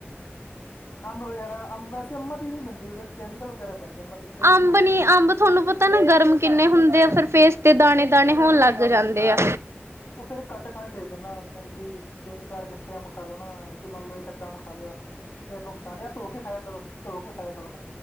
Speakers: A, on the left; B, on the right.
A: ਅੰਬ ਵਗੈਰਾ ਅੰਬ ਵੈਸ ਅੰਮਾਂ ਦੀ ਨਹੀਂ ਬਦੀਦੇ ਉਹਦੇ ਚ ਕੈਮੀਕਲ ਵਗੈਰਾ ਪੈਂਦੇ ਨੇ। ਵੀਡੀਓ
B: ਅੰਬ
A: ਵੇਖੀ
B: ਨੀ
A: ਸੀ
B: ਅੰਬ ਤੁਹਾਨੂੰ ਪਤਾ ਨਾ ਗਰਮ ਕਿੰਨੇ ਹੁੰਦੇ ਆ। ਫਿਰ ਫੇਸ ਤੇ ਦਾਣੇ-ਦਾਣੇ ਹੋਣ ਲੱਗ ਜਾਂਦੇ ਆ।
A: ਉਹ ਫੇਰ ਘੱਟ ਖਾਣੇ ਚਾਹੀਦੇ ਨਾ। ਜਾਣੀ ਕਿ ਤਿੰਨ ਚਾਰ ਇਕੱਠੇ ਅੰਬ ਖਾ ਲੋ ਨਾ। ਐ ਨੀ ਕੇ ਮੰਨ ਲਓ ਇੱਕ-ਅੱਧਾ ਅੰਬ ਖਾ ਲਿਆ। ਫ ਨੁਕਸਾਨ ਹੀ ਆ। ਥੋੜ੍ਹਾ ਖਾਇਆ ਕਰੋ। ਥੋੜ੍ਹਾ ਖਾਇਆ ਕਰੋ ਨਾ।